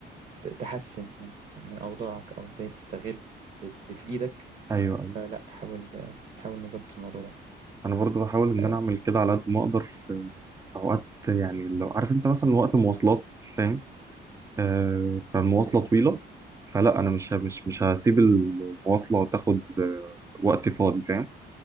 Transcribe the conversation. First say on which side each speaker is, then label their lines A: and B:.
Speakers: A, on the right; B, on the right.
A: ت- تحسن من من أوضاعك أو إزاي تستغل اللي في إيدك
B: ايوه ايوه
A: لا حاول آه، حاول نظبط الموضوع ده
B: انا برضو بحاول ان
A: آه،
B: انا اعمل كده على قد ما اقدر في في اوقات يعني لو عارف انت مثلا وقت مواصلات فاهم آه، فالمواصلة طويلة فلا أنا مش ه- مش مش هسيب المواصلة تاخد آه، وقت فاضي فاهم